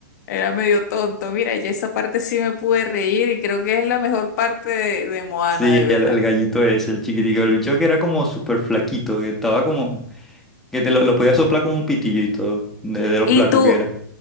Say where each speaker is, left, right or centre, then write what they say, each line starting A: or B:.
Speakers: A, on the left; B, in the centre.
A: era medio tonto. Mira, ya esa parte sí me pude reír y creo que es la mejor parte de, de Moana,
B: Sí,
A: de verdad.
B: el, el gallito es el chiquitico, el bicho que era como súper flaquito, que estaba como, que te lo, lo podía soplar con un pitillo y todo, de, de lo
A: Y
B: flaco
A: tú
B: que era.